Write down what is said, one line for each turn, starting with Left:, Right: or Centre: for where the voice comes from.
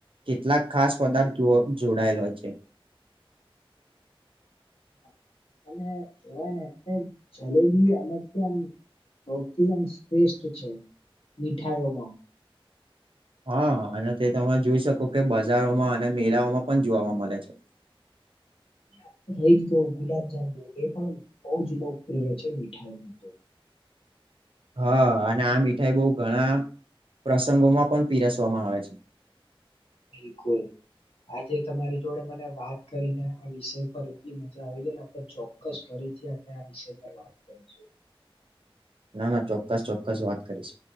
Right: કેટલાક ખાસ પદાર્થો જોડાયેલા હોય છે
Left: <inaudible> અને કેવાય ને જલેબી આમ કે આમ અતમ શ્રેષ્ઠ છે મીઠાઈઓમાં
Right: હા અને તે તમે જોઈ શકો કે બજારોમાં અને મેળાઓમાં પણ જોવા મળે છે
Left: <inaudible> રઈ ગ ગુલાબ જાંુ એ પણ બહ જ લોકપ્રિય છે મીઠાઈમાં તો <inaudible>
Right: હા અને આ મીઠાઈ બહ ઘણા પ્રસંગોમાં પણ પીરસવામાં આવે છે
Left: બિલકુલ આજે તમારી જોડે મને વાત કરીને આ વિષય પર એટલી મજા આવી ગઈ ને આપે ચોક્કસ ફર આપણે આ વિષય પર વાત કરીશું
Right: ના ચોક્કસ ચોક્કસ વાત કરીશ